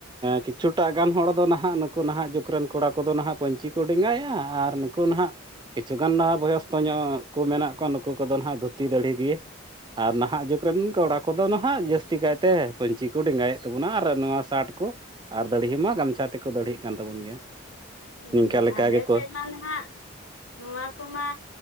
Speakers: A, on the right (about 20°); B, on the left (about 80°).
A: ᱠᱤᱪᱷᱩᱴᱟᱜ ᱜᱟᱱ ᱦᱚᱲ ᱫᱚ ᱱᱟᱦᱟᱜ ᱱᱩᱠᱩ ᱱᱟᱦᱟᱜ ᱡᱩᱜᱽ ᱨᱮᱱ ᱠᱚᱲᱟ ᱠᱚᱫᱚ ᱱᱟᱦᱟᱜ ᱯᱟᱹᱧᱪᱤ ᱠᱚ ᱰᱮᱸᱜᱟᱭᱟ ᱟᱨ ᱱᱩᱠᱩ ᱱᱟᱦᱟᱜ ᱠᱤᱪᱷᱩ <unintelligible> ᱜᱟᱱ ᱱᱟᱜ ᱵᱚᱭᱚᱥᱛᱚ ᱧᱚᱜ ᱠᱚ ᱢᱮᱱᱟᱜ ᱠᱚᱣᱟ ᱱᱩᱠᱩ ᱠᱚᱫᱚ ᱦᱱᱟᱜ ᱫᱷᱩᱛᱤ ᱫᱟᱹᱲᱦᱤ ᱜᱮ᱾ ᱟᱨ ᱱᱟᱦᱟᱜ ᱡᱩᱜᱽ ᱨᱮᱱ ᱠᱚᱲᱟ ᱠᱚᱫᱚ ᱱᱟᱦᱜ ᱡᱟᱹᱥᱛᱤ ᱠᱟᱭᱛᱮ ᱯᱟᱹᱧᱪᱤ ᱠᱚ ᱰᱮᱸᱜᱟᱭᱮᱫ ᱛᱟᱵᱚᱱᱟ ᱟᱨ ᱱᱚᱣᱟ ᱥᱟᱴ ᱠᱚ ᱟᱨ ᱫᱟᱹᱲᱦᱤ ᱢᱟ ᱜᱟᱢᱪᱷᱟ ᱛᱮᱠᱚ ᱫᱟᱹᱲᱦᱤᱜ ᱠᱟᱱ ᱛᱟᱵᱚᱱ ᱜᱮᱭᱟ᱾
B: ᱦᱩᱸ
A: ᱱᱤᱝᱠᱟ ᱞᱮᱠᱟ
B: ᱟᱞᱮ
A: ᱜᱮᱠᱚ
B: ᱥᱮᱫ ᱢᱟ ᱱᱟᱦᱟᱜ ᱱᱚᱣᱟ ᱠᱚᱢᱟ,